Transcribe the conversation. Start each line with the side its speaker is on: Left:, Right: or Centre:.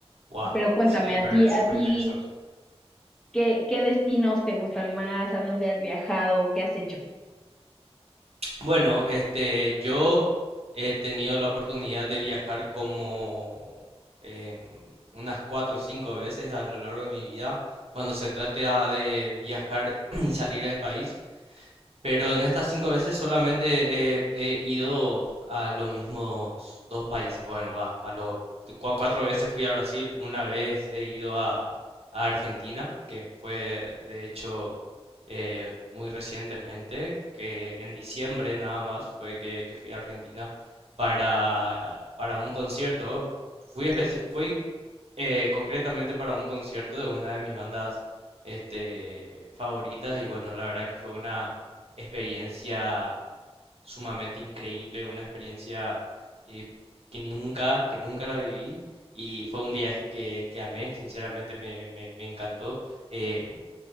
Right: Guau,
Centre: Pero cuéntame,
Right: súper,
Centre: a ti,
Right: súper
Centre: a ti,
Right: interesante.
Centre: ¿qué, qué destinos te gustan más? ¿A dónde has viajado? ¿Qué has hecho?
Right: Bueno, este, yo he tenido la oportunidad de viajar como em, unas cuatro o cinco veces a lo largo de mi vida, cuando se trata de viajar <clears throat> y salir del país. Pero en estas cinco veces solamente eh, he ido a los mismos dos países. Bueno, va, a los cua- cuatro veces fui a Brasil, una vez he ido a, a Argentina, que fue de hecho eh, muy recientemente, que en diciembre nada más fue que, que fui a Argentina para, para un concierto. Fui, especi- fui eh, concretamente para un concierto de una de mis bandas este, favoritas y bueno, la verdad que fue una experiencia sumamente increíble, una experiencia eh, que nunca, que nunca la viví y fue un viaje que, que amé, sinceramente me, me- me encantó. Eh,